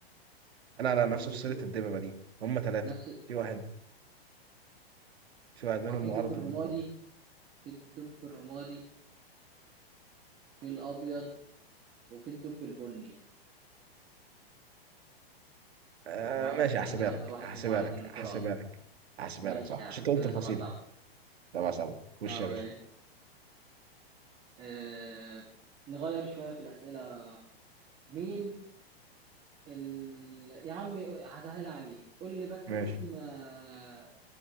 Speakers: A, on the right (about 85°); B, on the right (about 20°).
A: لا لا نفس
B: هو مش
A: فصيله
B: دب
A: الدببه دي هم ثلاثه
B: نفس
A: في واحد في واحد منهم
B: ما في الدب
A: معرض
B: الرمادي
A: للانقراض
B: في الدب الرمادي في الابيض وفي الدب البني
A: آه
B: ما اعرفش
A: ماشي هحسبها
B: بقى مين اكتر
A: لك
B: واحد
A: هحسبها
B: فيهم معرض
A: لك
B: للانقراض
A: هحسبها لك هحسبها
B: ماشي
A: لك صح
B: يا عم
A: عشان أنت
B: كده
A: قلت الفصيله
B: سبعة سبعة
A: تبع سبعه خش
B: اه
A: يا
B: ماشي
A: باشا
B: آه... نغير شوية في الأسئلة مين ال... يا عم هسهل عليك قول لي بس
A: ماشي
B: اسم آه،